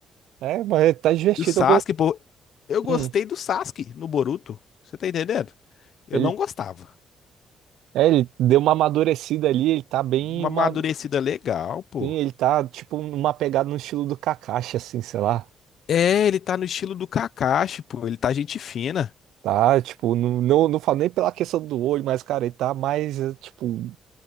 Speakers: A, on the right; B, on the left.
A: É, mas tá divertido.
B: E o Sasuke,
A: Eu go-
B: pô, eu gostei
A: Hum.
B: do Sasuke no Boruto. Você tá entendendo? Eu
A: Ele
B: não gostava.
A: É, ele deu uma amadurecida ali, ele tá bem
B: Uma
A: uma,
B: amadurecida legal, pô.
A: sim, ele tá tipo numa pegada no estilo do Kakashi assim, sei lá.
B: É, ele tá no estilo do Kakashi, pô. Ele tá gente fina.
A: Tá, tipo, não, não, não falo nem pela questão do olho, mas cara, ele tá mais eh, tipo,